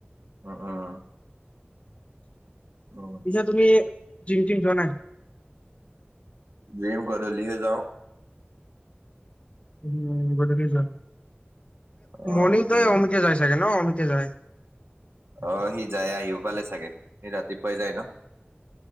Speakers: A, on the right; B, on the left.
A: উম উম উম
B: পিছে তুমি, জিম টিম যোৱা নাই?
A: জিম গধূলি হে যাওঁ।
B: উম গধূলি যোৱা?
A: অ
B: মৰ্নিং
A: গধূলি
B: টাইম অমিতে যাই চাগে ন অমিতে যায়।
A: অ', সি যায় আহিও পালে চাগে, সি ৰাতিপুৱাই যায় ন?